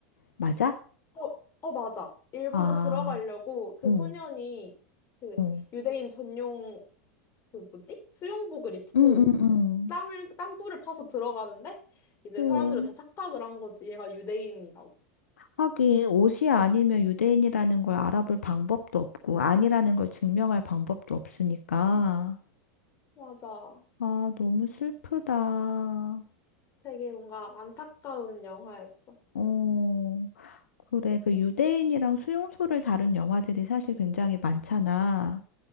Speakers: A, on the left; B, on the left.
A: 맞아?
B: 어, 어, 맞아. 일부러
A: 아,
B: 들어가려고 그
A: 응,
B: 소년이 그
A: 응,
B: 유대인 전용 그 뭐지? 수용복을 입고
A: 응, 응, 응.
B: 땅을, 땅굴을 파서 들어가는데 이제
A: 응.
B: 사람들은 다 착각을 한 거지. 얘가 유대인이라고.
A: 하긴 옷이 아니면 유대인이라는 걸 알아볼 방법도 없고 아니라는 걸 증명할 방법도 없으니까.
B: 맞아.
A: 아, 너무 슬프다.
B: 되게 뭔가 안타까운 영화였어.
A: 어, 그래. 그 유대인이랑 수용소를 다룬 영화들이 사실 굉장히 많잖아.